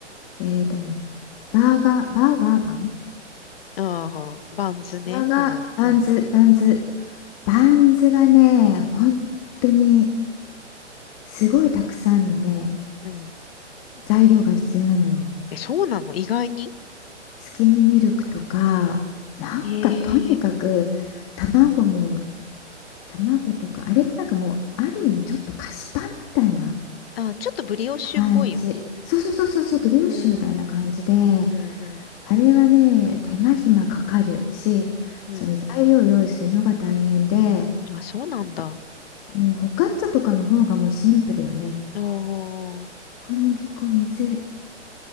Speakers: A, on the left (about 30°); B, on the left (about 55°).
A: えっとね、バーガー、バーガーパン
B: ああ、バンズね。
A: バーガー、
B: この。
A: バンズ、
B: うん。
A: バンズ。バンズがね、本当にすごいたくさんのね、
B: うん。
A: 材料が必要なのよ。
B: え、そうなの意外に
A: スキムミルクとか、なんかとにかく卵も、
B: ええ
A: 卵とか、あれってなんかもうある意味ちょっと菓子パンみたいな
B: あ、ちょっとブリオッシュっぽいよね。
A: 感じ。そうそうそうそうそう、ブリオッシュみたいな感じで、
B: うーん、うん、うん、
A: あれはね、手間暇かかるし、
B: う
A: その材料を用意するのが大変で、
B: ん。あ、そうなんだ。あ
A: うん、フォカッチャとかの方がもうシンプルよね。
B: ー
A: 小麦粉、水、